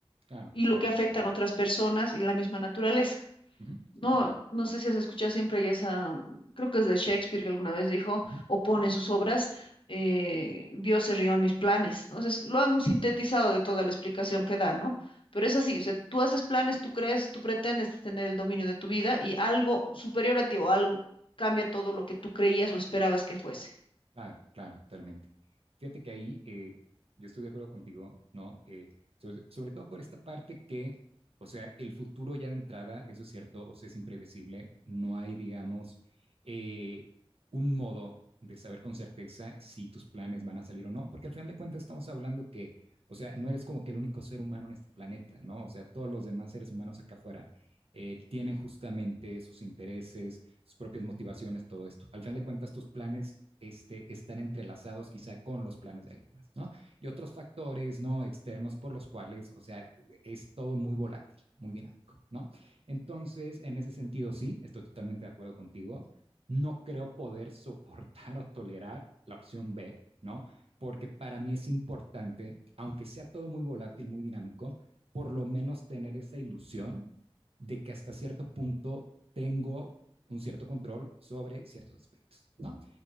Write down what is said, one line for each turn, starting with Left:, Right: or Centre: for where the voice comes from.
Right: claro,
Left: Y lo
Right: claro,
Left: que afectan
Right: claro.
Left: otras personas y la misma naturaleza.
Right: ujú,
Left: No,
Right: claro.
Left: no sé si has escuchado siempre hay esa, creo que es de Shakespeare que alguna vez dijo,
Right: ujú.
Left: o pone en sus obras, eh, Dios se rió en mis planes, ¿no? Entonces, lo han sintetizado de toda la explicación que da, ¿no? Pero es así, o sea, tú haces planes, tú crees, tú pretendes tener el dominio de tu vida y algo superior a ti o algo cambia todo lo que tú creías o esperabas que fuese.
Right: Claro, claro, totalmente. Fíjate que ahí eh, yo estoy de acuerdo contigo, ¿no? Eh, sobre, sobre todo por esta parte que, o sea, el futuro ya de entrada, eso es cierto, o sea, es imprevisible, no hay, digamos, eh, un modo de saber con certeza si tus planes van a salir o no, porque al final de cuentas estamos hablando que, o sea, no eres como que el único ser humano en este planeta, ¿no? O sea, todos los demás seres humanos acá afuera eh, tienen justamente sus intereses sus propias motivaciones, todo esto. Al final de cuentas, tus planes este, están entrelazados quizá con los planes de alguien más, ¿no? Y otros factores, ¿no? Externos por los cuales, o sea, es todo muy volátil, muy dinámico, ¿no? Entonces, en ese sentido, sí, estoy totalmente de acuerdo contigo. No creo poder soportar o tolerar la opción B, ¿no? Porque para mí es importante, aunque sea todo muy volátil, muy dinámico, por lo menos tener esa ilusión de que hasta cierto punto tengo un cierto control sobre ciertos aspectos, ¿no?